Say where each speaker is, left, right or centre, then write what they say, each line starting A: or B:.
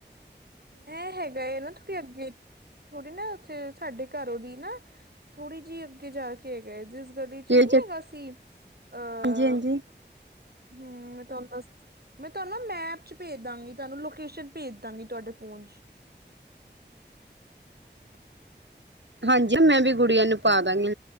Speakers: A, on the right; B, on the right.
A: ਇਹਂ ਹੈਗਾ ਨਾ ਥੋੜੀ ਅੱਗੇ ਥੋੜੀ ਨਾ ਉੱਥੇ ਸਾਡੇ ਘਰੋਂ ਦੀ ਨਾ ਥੋੜੀ ਜਿਹੀ ਅੱਗੇ ਜਾ ਕੇ ਹੈਗਾ ਜਿਸ ਤੁਡੇ ਚੋਂ
B: ਹਾਂਜੀ
A: ਨ ਹੈਗਾ ਸੀ ਅਹ
B: ਹਾਂਜੀ
A: ਹਮ ਮੈਂ ਤੁਹਾਨੂੰ ਦ ਮੈਂ ਤੁਹਾਨੂੰ ਨਾ ਮੈਪ ਚ ਭੇਜ ਦਾਂਗੀ ਤੁਹਾਨੂੰ ਲੋਕੇਸ਼ਨ ਭੇਜ ਦਾਂਗੀ ਤੁਹਾਡੇ ਫੋਨ ਪੂੰਜ।
B: ਹਾਂਜੀ ਮੈਂ ਵੀ ਗੁੜੀਆਂ ਨੂੰ ਪਾ ਦਾਂਗੀ।